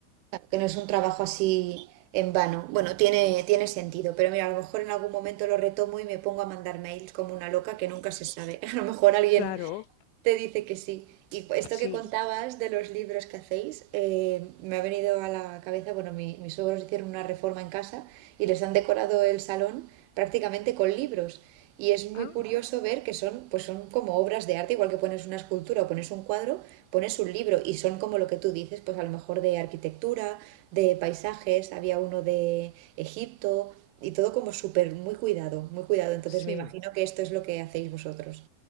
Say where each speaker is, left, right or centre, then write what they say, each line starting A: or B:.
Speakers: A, on the right; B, on the left.
A: claro, que no es un trabajo así en vano. Bueno, tiene, tiene sentido, pero mira, a lo mejor en algún momento lo retomo y me pongo a mandar mails como una loca que nunca se sabe. <laughs> A lo mejor alguien
B: Claro,
A: te dice que sí. Y esto
B: sí.
A: que contabas de los libros que hacéis, eh, me ha venido a la cabeza, bueno, mi- mis suegros hicieron una reforma en casa y les han decorado el salón prácticamente con libros. Y es muy
B: Ah,
A: curioso ver que son, pues son como obras de arte, igual que pones una escultura o pones un cuadro, pones un libro y son como lo que tú dices, pues a lo mejor de arquitectura, de paisajes, había uno de Egipto y todo como súper, muy cuidado, muy cuidado. Entonces
B: Sí,
A: me imagino que esto es lo que hacéis vosotros.